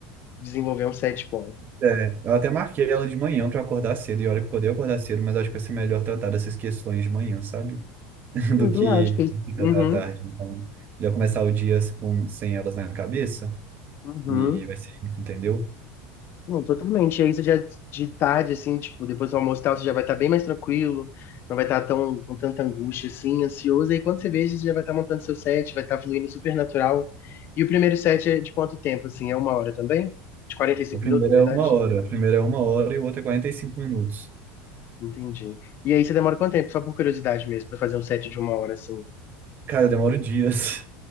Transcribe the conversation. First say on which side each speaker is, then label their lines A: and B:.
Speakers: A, on the left (about 45°); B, on the right (about 40°).
A: desenvolver um set bom.
B: É, eu até marquei ela de manhã pra acordar cedo, e olha que eu odeio acordar cedo, mas acho que vai ser melhor tratar dessas questões de manhã, sabe? <laughs>
A: É
B: Do
A: verdade,
B: que
A: porque
B: tratar
A: Uhum,
B: à tarde. Então, já começar o dia com, sem elas na cabeça,
A: uhum.
B: e vai ser isso, entendeu?
A: Não, totalmente. E aí você já de tarde, assim, tipo, depois do almoço e tal, você já vai estar bem mais tranquilo, não vai estar tão com tanta angústia, assim, ansioso. E aí quando você veja, você já vai estar montando seu set, vai estar fluindo super natural. E o primeiro set é de quanto tempo, assim? É uma hora também? De quarenta e cinco
B: O primeiro
A: minutos, na
B: é
A: verdade?
B: uma hora, o primeiro é uma hora e o outro é 45 minutos.
A: Entendi. E aí você demora quanto tempo? Só por curiosidade mesmo, pra fazer um set de uma hora, assim.
B: Cara, eu demoro dias.